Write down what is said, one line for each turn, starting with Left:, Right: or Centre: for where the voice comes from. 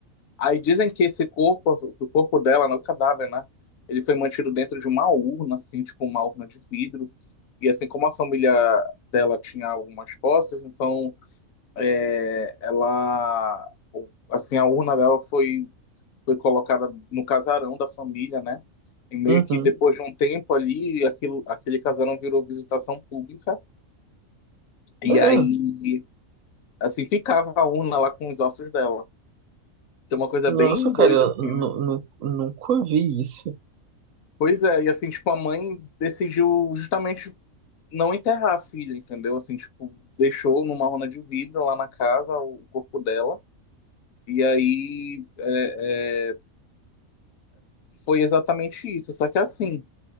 Left: Aí dizem que esse corpo, que o corpo dela, né, o cadáver, né? Ele foi mantido dentro de uma urna, assim, tipo uma urna de vidro. E assim como a família dela tinha algumas posses, então é, ela, o- assim, a urna dela foi foi colocada no casarão da família, né? E meio
Right: uhum,
Left: que depois de um tempo ali, aquilo, aquele casarão virou visitação pública. E
Right: é,
Left: aí,
Right: é.
Left: assim, ficava a urna lá com os ossos dela. Tem uma coisa
Right: Nossa,
Left: bem
Right: cara,
Left: doida,
Right: eu
Left: assim,
Right: nu-
Left: né?
Right: nu- nunca vi isso.
Left: Pois é, e assim, tipo, a mãe decidiu justamente não enterrar a filha, entendeu? Assim, tipo, deixou numa rona de vidro lá na casa o corpo dela. E aí é, é, foi exatamente isso. Só que assim,